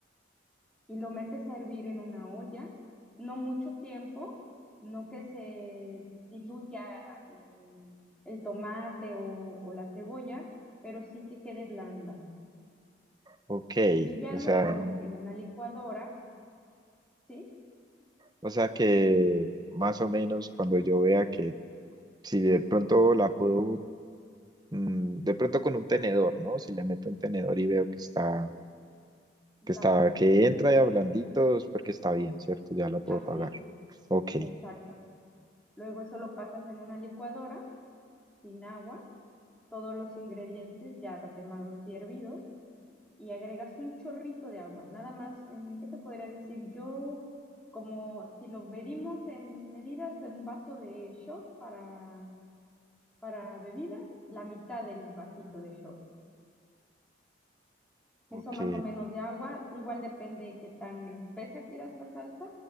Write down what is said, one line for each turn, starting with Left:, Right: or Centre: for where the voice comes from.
Centre: y lo metes a hervir en una olla. No mucho tiempo, no que se diluya el, el tomate o, o la cebolla, pero sí que quede blanda.
Right: ok,
Centre: Y ya
Right: o
Centre: luego
Right: sea,
Centre: en una licuadora, ¿sí?
Right: o sea que más o menos cuando yo vea que si de pronto la puedo, mm, de pronto con un tenedor, ¿no? Si le meto un tenedor y veo que está,
Centre: Blanda
Right: que está, que entra ya blandito, es porque está bien, ¿cierto? Ya la puedo
Centre: Así,
Right: pagar. Ok,
Centre: exacto. Luego eso lo pasas en una licuadora sin agua, todos los ingredientes ya tatemados y hervidos y agregas un chorrito de agua. Nada más, ¿en ¿qué te podría decir? Yo, como si lo medimos en medidas de un vaso de shot para, para bebida, la mitad del vasito de shot.
Right: ok,
Centre: Eso más o menos de agua. Igual depende de qué tan espesa quieras la salsa